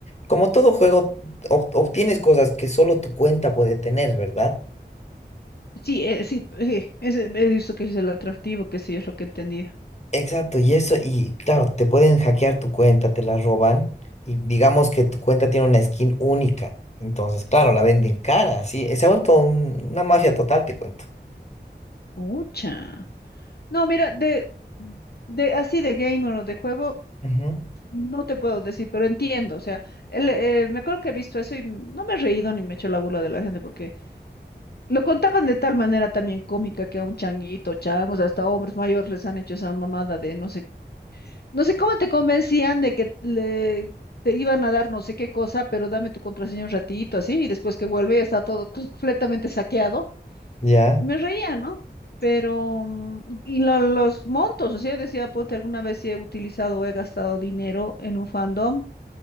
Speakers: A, on the left; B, on the left.
A: Como todo juego, ob- obtienes cosas que solo tu cuenta puede tener, ¿verdad?
B: Sí, eh, sí, sí, ese, he visto que es el atractivo, que sí es lo que he entendido.
A: Exacto, y eso, y claro, te pueden hackear tu cuenta, te la roban, y digamos que tu cuenta tiene una skin única. Entonces, claro, la venden cara, sí. Se ha vuelto un- una mafia total, te cuento.
B: Mucha. No, mira, de, de así de gamer o de juego,
A: Ujú,
B: no te puedo decir, pero entiendo. O sea, el, eh, me acuerdo que he visto eso y no me he reído ni me he hecho la burla de la gente porque lo contaban de tal manera también cómica que a un changuito, changos, hasta hombres mayores les han hecho esa mamada de no sé, no sé cómo te convencían de que le te iban a dar no sé qué cosa, pero dame tu contraseña un ratito así y después que vuelve ya está todo completamente saqueado.
A: Ya,
B: Y me reía, ¿no? Pero, mm, y lo- los montos, o sea, yo decía, ponte, alguna vez si he utilizado o he gastado dinero en un fandom.